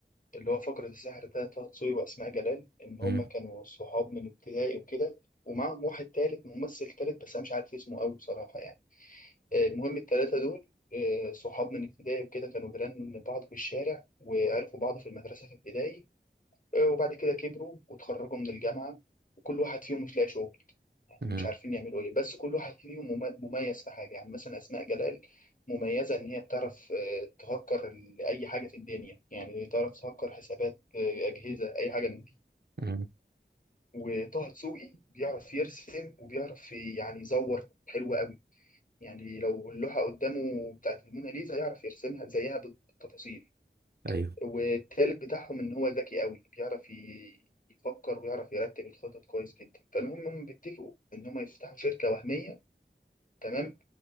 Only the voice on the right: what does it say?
مم.
مم.
مم.
ايوه